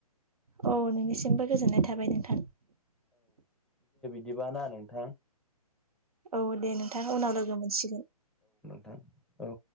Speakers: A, on the right; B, in the centre.
A: औ नोंनिसिमबो गोजोननाय थाबाय नोंथां
B: बिदिबाना नोंथां
A: औ दे नोंथां उनाव लोगो मोनसिगोन
B: थां औ